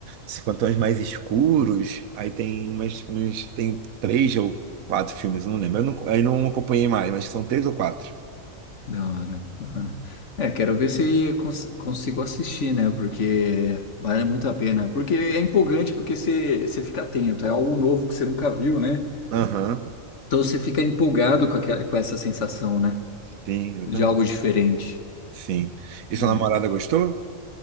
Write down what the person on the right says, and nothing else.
esses cantões mais escuros. Aí tem umas, uns, tem três ou quatro filmes, eu não lembro. Eu não, aí não acompanhei mais, mas são três ou quatro.
Aham,
sim, eu
também.
Sim. E
sua namorada gostou?